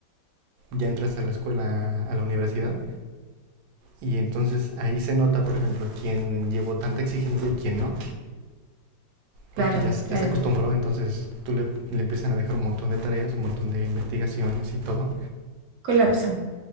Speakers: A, on the right; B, on the right.
A: ya entras a la escuela, a la universidad, y entonces ahí se nota, por ejemplo, quién llevó tanta exigencia y quién no.
B: claro,
A: porque ya, ya
B: claro.
A: se acostumbró, entonces tú le, le empiezan a dejar un montón de tareas, un montón de investigaciones y todo.
B: Colapsan.